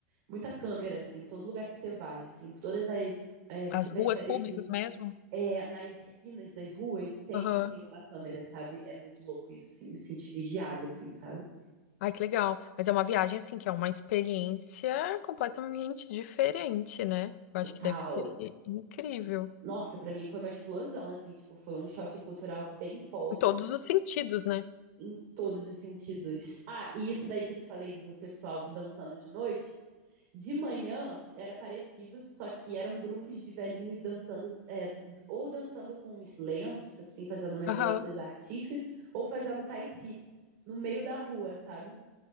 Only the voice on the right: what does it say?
muita câmera, assim, todo lugar que você vai, assim, todas as. é, você
percebe
que
é, nas esquinas das ruas sempre
tem uma câmera, sabe? É muito louco isso, assim, me senti vigiada, assim, sabe?
Total.
Nossa, pra mim foi uma explosão, assim, tipo, foi um choque cultural bem forte
em todos os sentidos. Ah, e isso daí que eu te falei do pessoal dançando de noite, de manhã era parecido, só que eram grupos de velhinhos dançando, é, ou dançando com os lenços, assim, fazendo umas
danças artísticas, ou fazendo tai chi no meio da rua, sabe?